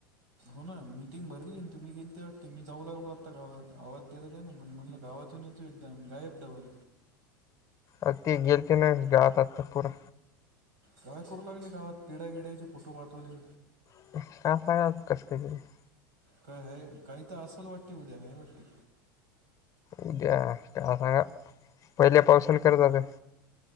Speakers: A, on the right (about 65°); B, on the left (about 30°).
A: हो ना मीटिंग भरली आणि तुम्ही गेलते वाटते मी जाऊ लागलो आत्ता गावात. आवाज दिला त्याने पण म्हणलं गावातून <unintelligible> एकदम गायब डबल.
B: अ ते गेलती ना गावात आता पुढं.
A: काय करू लागले गावात पिड्या विड्याचे फोटो पाठवले.
B: <unintelligible>
A: काय हे काही तर असेल वाटते उद्या आहे वाटते.
B: उद्या काय सांगाव. पहिल्या पावसान करता ते.